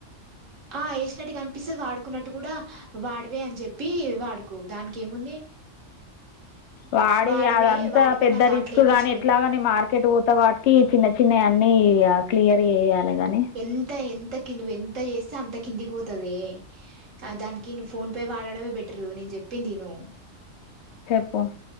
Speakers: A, on the right; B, on the left.
A: ఆ వేసినట్టు కనిపిస్తది వాడుకున్నట్టు కూడా వాడివే అని చెప్పి వాడుకో దానికి ఏముంది
B: వాడివి
A: వాడివే
B: అదంతా
A: వాడివే
B: పెద్ద
A: నా దాంట్లో
B: రిస్క్
A: వేపించుకో
B: గాని ఎట్లాగాని మార్కెట్ పోత వాటికి చిన్న చిన్నవి అన్ నీ ఇగ క్లియర్ చేయాలి కానీ
A: ఎంత ఎం తకి నువ్ ఎంత చేస్తే అంత కిందికి పోతదే ఆ దానికి నువ్వు ఫోన్ పే వాడడమే బెటరు జెప్పింది ఇను
B: చెప్పు